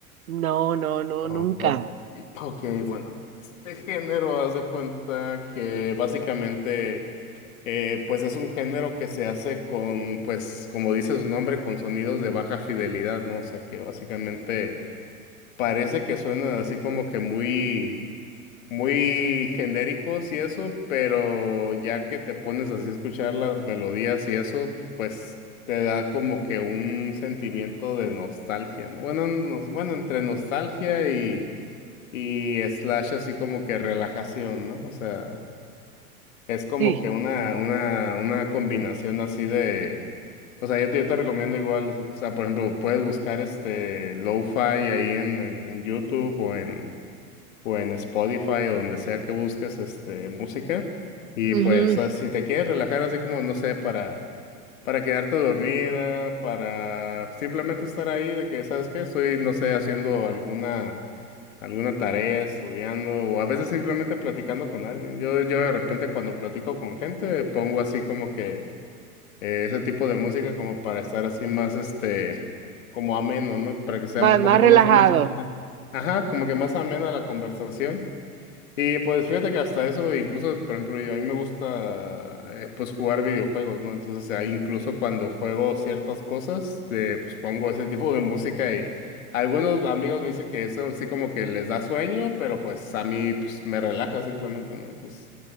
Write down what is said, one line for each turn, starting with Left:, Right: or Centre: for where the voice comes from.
Right: No, no, no,
Left: Oh,
Right: nunca.
Left: ok. <clears throat> Ok, bueno, este género, haz de cuenta que básicamente, eh, pues es un género que se hace con, pues, como dice su nombre, con sonidos de baja fidelidad, ¿no? O sea, que básicamente parece que suenan así como que muy muy genéricos y eso, pero ya que te pones así a escuchar las melodías y eso, pues te da como que un sentimiento de nostalgia, ¿no? Bueno, nos- bueno, entre nostalgia y, y slash así como que relajación, ¿no? O sea, es como
Right: Sí,
Left: que una, una, una combinación así de... O sea, yo te, yo te recomiendo igual, o sea, por ejemplo, puedes buscar este lo-fi ahí en, en, en YouTube o en, o en Spotify o donde sea que busques este música. Y
Right: ujú,
Left: pues ah, si te quieres relajar así como, no sé, para, para quedarte dormida, para simplemente estar ahí de que, ¿sabes qué? Estoy, no sé, haciendo alguna, alguna tarea, estudiando o a veces simplemente platicando con alguien. Yo, yo de repente cuando platico con gente pongo así como que eh, ese tipo de música como para estar así más este, como ameno, ¿no? Para que sea
Right: Más,
Left: un poquito
Right: más relajado.
Left: más, más, ajá, como que más amena la conversación. Y pues fíjate que hasta eso, incluso, por ejemplo, yo- a mí me gusta eh, pues jugar videojuegos, ¿no? Entonces, ahí incluso cuando juego ciertas cosas, eh, pues pongo ese <laughs> tipo de música y algunos amigos me dicen que eso sí como que les da sueño, pero pues a mí pues me relaja simplemente, ¿no? Pues